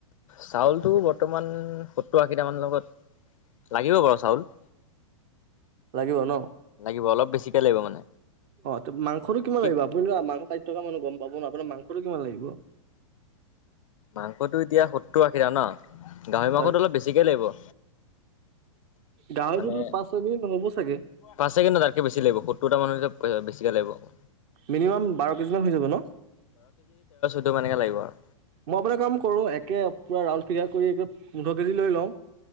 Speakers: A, on the left (about 75°); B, on the right (about 25°).
A: চাউলটো বৰ্তমান সত্তৰ আশীটা মানুহৰ লগত লাগিব বাৰু চাউল।
B: লাগিব ন?
A: লাগিব অলপ বেছিকে লাগিব মানে।
B: অ মাংসটো কিমান
A: ঠিক
B: লাগিব আপুনি মাংস খাই থকা মানুহ গম পাব ন আপোনাৰ মাং সটো কিমান লাগিব।
A: মাংসটো এতিয়া সত্তৰ আশীটা ন গাহৰি
B: হয়
A: মাংসটো অলপ বেছিকে লাগিব।
B: গাহৰিটোতো
A: মানে
B: পাঁচ ছয় কেজি নহ'ব চাগে
A: পাঁচ কেজি তাতকে বেছি লাগিব সত্তৰটা মানুহ যে। পইচা বেছিকৈ লাগিব আকৌ
B: মিনিমাম বাৰ কেজিমান হৈ যাব ন।
A: তো এনেকে লাগিব আৰু
B: নহ'লে কাম কৰোঁ একে পুৰা ৰাউন ফিগাৰ কৰি একে পোন্ধৰ কেজি লৈ লওঁ।